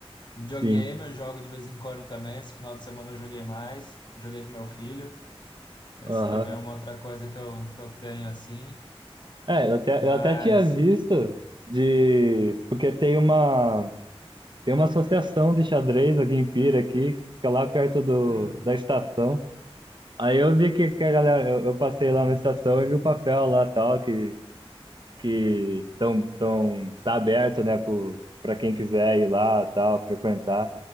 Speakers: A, on the left (about 45°); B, on the right (about 50°).
A: Videogame
B: sim.
A: eu jogo de vez em quando também, esse final de semana eu joguei mais, joguei com meu filho, esse
B: Aham.
A: também é uma outra coisa que eu, que eu tenho, assim,
B: É, eu até,
A: mas...
B: eu até tinha visto de. Porque tem uma, tem uma associação de xadrez aqui em Pira, aqui, que fica lá perto do,
A: hum,
B: da estação. Aí eu vi que, que a galera. Eu, eu passei lá na estação e vi o papel lá tal, que, que tão, tão, tá aberto, né, pro, pra quem quiser ir lá tal, frequentar.